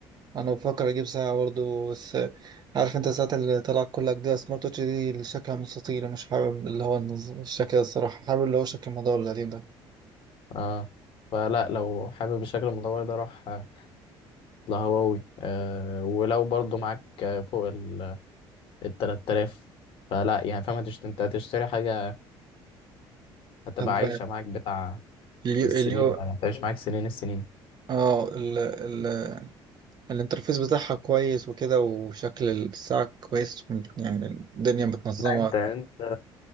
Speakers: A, on the right; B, on the left.
A: أنا بفكر أجيب ساعة برضه بس عارف أنت الساعات اللي طلعت كلها جديدة سمارت واتش دي اللي شكلها مستطيل مش حابب اللي هو النظ- الشكل ده الصراحة حابب اللي هو شكل المدور القديم ده
B: اه فلا لو حابب الشكل المدور ده روح آه، لهواوي آه ولو برضو معاك آه، فوق ال ال 3000 فلا يعني فاهم هتشت... انت هتشتري حاجة هتبقى
A: طب
B: عايشة معاك بتاع
A: اليو
B: السنين
A: اليو
B: يعني هتعيش معاك سنين السنين
A: اه ال ال الانترفيس بتاعها كويس وكده وشكل الساعة كويس يعني الدنيا متنظمة
B: لا انت انت